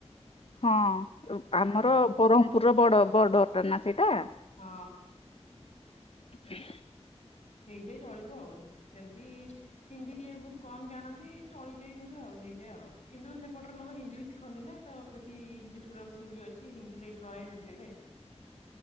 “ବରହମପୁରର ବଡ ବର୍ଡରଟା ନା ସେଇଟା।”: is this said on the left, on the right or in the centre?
Left